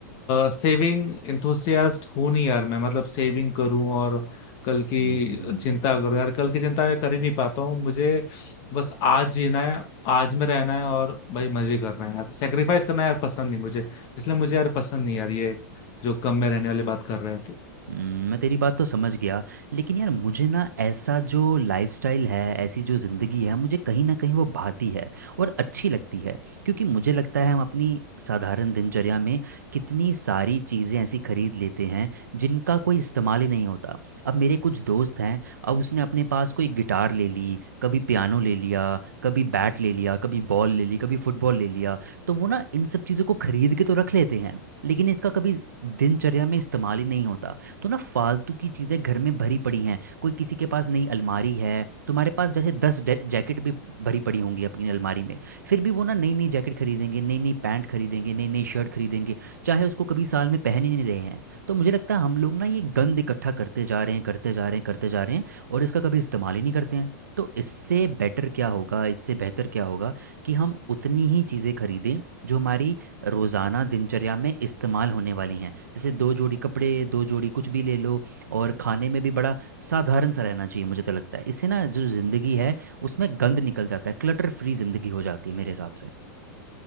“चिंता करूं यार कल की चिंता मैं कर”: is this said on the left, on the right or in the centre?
Left